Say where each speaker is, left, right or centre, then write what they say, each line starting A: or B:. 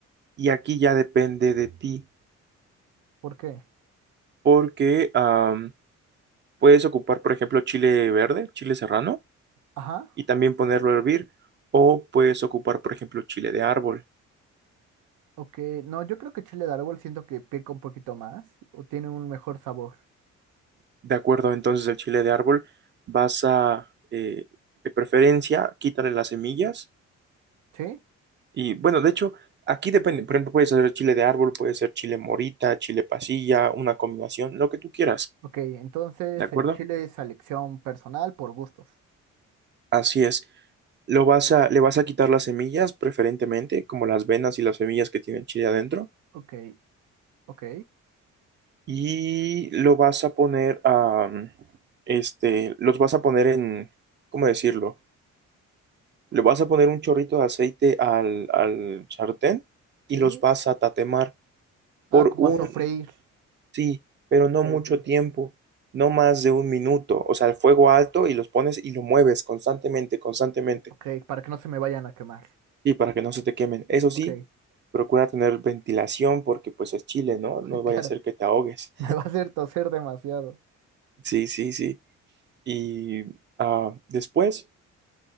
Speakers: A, on the right; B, on the right.
A: y aquí ya depende de ti,
B: ¿Por qué?
A: porque am, puedes ocupar, por ejemplo, chile verde, chile serrano,
B: Ajá.
A: y también ponerlo a hervir, o puedes ocupar, por ejemplo, chile de árbol.
B: Ok. No, yo creo que chile de árbol siento que pica un poquito más o tiene un mejor sabor.
A: De acuerdo, entonces el chile de árbol vas a, eh, de preferencia, quítale las semillas
B: ¿Sí?
A: Y bueno, de hecho, aquí depende. Por ejemplo, puedes hacer chile de árbol, puede ser chile morita, chile pasilla, una combinación, lo que tú quieras.
B: Ok, entonces
A: ¿De acuerdo?
B: el chile es selección personal por gustos.
A: Así es. Lo vas a, le vas a quitar las semillas, preferentemente, como las venas y las semillas que tiene el chile adentro.
B: Ok, ok,
A: Y lo vas a poner a, este, los vas a poner en, ¿cómo decirlo? Le vas a poner un chorrito de aceite al, al sartén
B: sí.
A: y los vas a tatemar por
B: Ah, como
A: un
B: a sofreír.
A: Sí, pero no
B: Ok,
A: mucho
B: ok,
A: tiempo, no más de un minuto. O sea, el fuego alto y los pones y lo mueves constantemente, constantemente.
B: ok, para que no se me vayan a quemar.
A: Y para que no se te quemen. Eso sí,
B: Ok,
A: procura tener ventilación porque pues es Chile, ¿no? No
B: <laughs>
A: vaya
B: claro,
A: a ser que te ahogues.
B: me va a hacer toser demasiado.
A: Sí, sí, sí. Y ah, después,